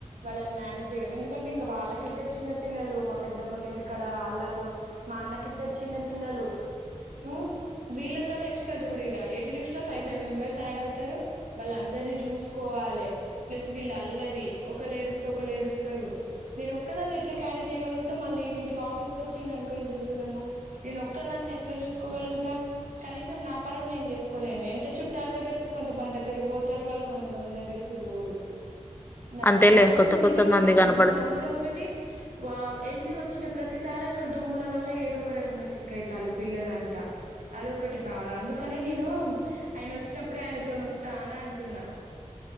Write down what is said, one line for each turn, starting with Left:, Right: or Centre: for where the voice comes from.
Right: వాళ్ళని మేనేజేయడం ఎందుకంటే ఇంకా వాళ్ళకిద్దరు చిన్న పిల్లలు మా పేదోమోలింటి ఇక్కడ వాళ్ళకు మా అన్నకిద్దరు చిన్న పిల్లలు ఉహ్ వీళ్ళతోనే ఎక్సట్రా జూడిగా ఎటు చూసినా ఫైవ్ ఫైవ్ మెంబర్స్యాడ్ అవుతారు వాళ్ళ అందరినీ జూస్కోవాలి వలే ప్లస్ వీళ్ళల్లరి ఒకలేడుస్తే ఒకలేడుస్తారు నేను ఒక్కదాన్ని ఎట్లా క్యారీ చేయగల్గితే మళ్ళీ నీ ఆఫీస్కోచ్చిండనుకో ఇంత దూరము నేనోక్కదాన్ని ఎట్లా చూస్కోగల్గుతా కనీసం నా పనులు నేను చేసుకోలేను ఎంత చుట్టాల్దేగ్గరికి కొంతమంది దగ్గరోతరు వాళ్ళు కొంతమంది దగ్గరకి పోరు నా
Left: అంతేలే
Right: నా వల్ల
Left: కొత్త కొత్త
Right: నిజంగా
Left: మంది
Right: గావట్లే
Left: కనపడుత
Right: మళ్ళ అందులో ఒకటి ఏళ్ళి ఓచ్చిన ప్రతిసారి అక్కడ దోమల వల్ల ఏదోక రకంగా సిక్కైతల్లు పిల్లలంతా అదొకటి బాధ అందుకు అందుకనే నేను ఆయనోచ్చినప్పుడే ఆయనతోనోస్తా అని అంటున్నా